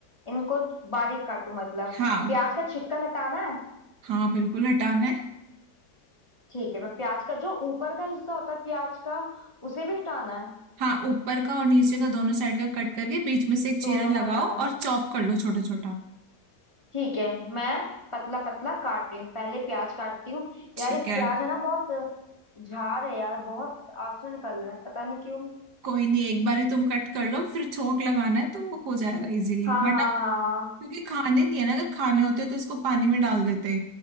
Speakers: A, on the left; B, on the right.
A: इनको बारीक काटू मतलब
B: हाँ
A: प्याज का छिकल हटाना है
B: हाँ बिल्कुल हटाना है
A: ठीक है मैं प्याज का जो ऊपर का हिस्सा होता है प्याज का उसे भी हटाना है
B: हाँ ऊपर का और नीचे का दोनों साइड का कट करके बीच में से एक चीरा
A: दोनों
B: लगाओ
A: का हटाना
B: और
A: है
B: चॉप कर लो छोटा छोटा
A: ठीक है मैं पतला पतला काट रही हूँ पहले प्याज काटती हूँ
B: ठीक
A: यार इस
B: है
A: प्याज है ना बहुत झार है यार बहुत आंसू निकल रहे हैं पता नहीं क्यों
B: कोई नहीं एक बार ही तुम कट कर लो फिर छोंक लगाना है तो हो जाएगा इजीली
A: हाँ
B: वरना
A: हाँ हाँ
B: क्योंकि खाने नहीं है ना अगर खाने होते तो इसको पानी में डाल देते